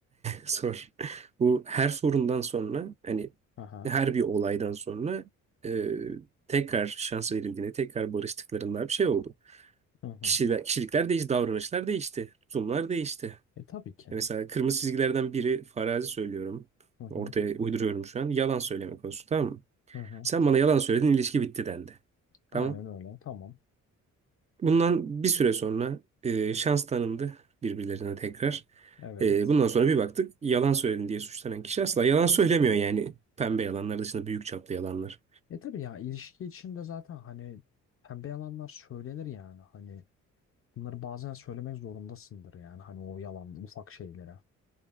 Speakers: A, on the right; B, on the left.
A: Sor. <laughs> Bu her sorundan sonra hani
B: Aha.
A: her bir olaydan sonra e, tekrar şans verildiğinde tekrar barıştıklarında bir şey oldu.
B: Hı hı.
A: Kişiler, kişilikler değişti, davranışlar değişti, tutumlar değişti.
B: E tabii ki.
A: E Mesela kırmızı çizgilerden biri farazi söylüyorum.
B: Hı hı.
A: Ortaya uyduruyorum şu an. Yalan söylemek olsun tamam mı?
B: Hı hı.
A: Sen bana yalan söyledin ilişki bitti dendi. Tamam.
B: Aynen öyle. Tamam.
A: Bundan bir süre sonra e, şans tanındı birbirlerine tekrar.
B: Evet.
A: E, bundan sonra bir baktık yalan söyledin diye suçlanan kişi asla yalan söylemiyor yani. Pembe yalanlar dışında büyük çaplı yalanlar.
B: E tabii ya ilişki içinde zaten hani pembe yalanlar söylenir yani hani bunları bazen söylemek zorundasındır yani hani o yalan ufak şeylere.